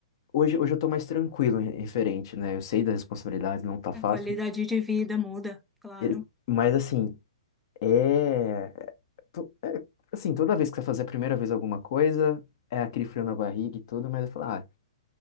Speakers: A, on the left (about 50°); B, in the centre.
A: hoje, hoje eu tô mais tranquilo em- referente, né? Eu sei das responsabilidades, não tá
B: A
A: fácil,
B: qualidade de vida muda, claro,
A: e- mas assim, é, to- é assim, toda vez que você fazer a primeira vez alguma coisa, é aquele frio na barriga e tudo, mas eu falo, ah,